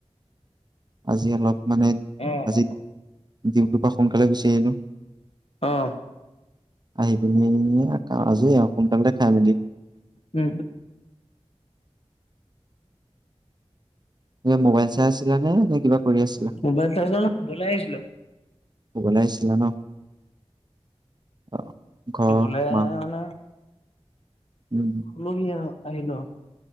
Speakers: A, on the right; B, on the left.
A: আজি অলপ মানে
B: অ
A: আজি
B: অ
A: ডিউটিৰ পৰা সোনকালে গুচি আহিলোঁ।
B: অহ'
A: আহি পিনি আজৰি আৰু সোনকালতে খাই মেলি।
B: উম
A: তুমি মোবাইল চাই আছিলা নে নে কিবা। কৰি আছিলা
B: মোবাইল চোৱাচোন ঘাটলে আহিছিলো।
A: বনাইছিলা ন অ' ঘৰৰ
B: থবলে
A: মা
B: আহে মানে।
A: উম
B: আলহী আহিল ৰ